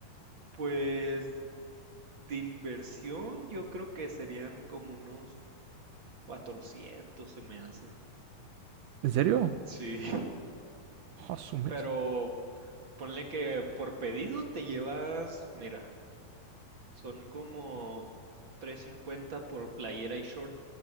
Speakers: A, on the right; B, on the right.
A: Pues de inversión yo creo que serían como unos 400 se me hace.
B: ¿En serio?
A: Sí, <laughs>
B: Ah, su mecha.
A: pero ponle que por pedido te llevas, mira, son como 350 por playera y short